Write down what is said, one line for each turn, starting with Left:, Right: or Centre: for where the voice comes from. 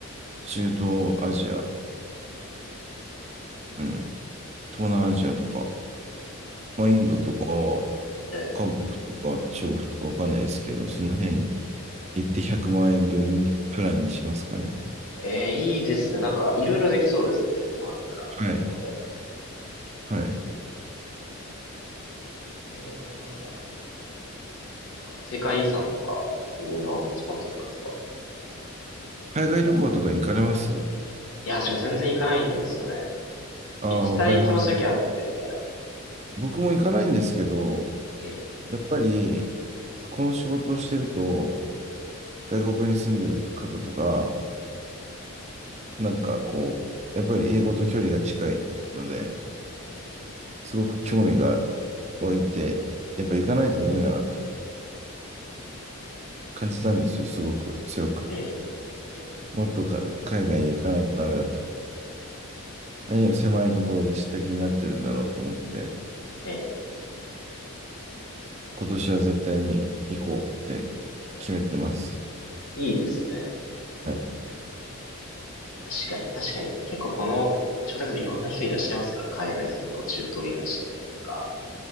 Right: 中東アジア、うん、東南アジアとか、まあ、インドとか、
Left: ええ
Right: 韓国とか、中国とかわかんないですけど、その辺行って100万円分にプランにしますかね。
Left: ええいいですね。なんか、いろいろできそうですね。100万あったら、
Right: はい。
Left: 旅行で。
Right: はい。
Left: 全然東南アジアなんか。世界遺産とか、なんかいろいろスポットとかですか
Right: 海外旅行とか行かれます
Left: いや、自分全然行かないんですよね。
Right: ああ、
Left: 行きたい気持ちだけあって、
Right: わかります。
Left: みたいな。
Right: 僕も行かないんですけど、
Left: ええ
Right: やっぱり、この仕事をしてると、外国に住んでる方とか、なんかこう、やっぱり英語と距離が近いので、
Left: ええ
Right: すごく興味が湧いて、やっぱ行かないとダメだなと
Left: うんうんうん
Right: 感じたんですよ、すごく強く。
Left: えええ
Right: もっとか海外に行かないとダメだと。
Left: え
Right: 何を狭いところで知った気になってるんだろうと思って、
Left: ええ、
Right: 今年は絶対に行こうって決めてます。
Left: いいですね。
Right: はい
Left: 確かに、確かに、結構この、招待といろんな人いらっしゃいますからね。海外ずっと中東いらっしゃるとか。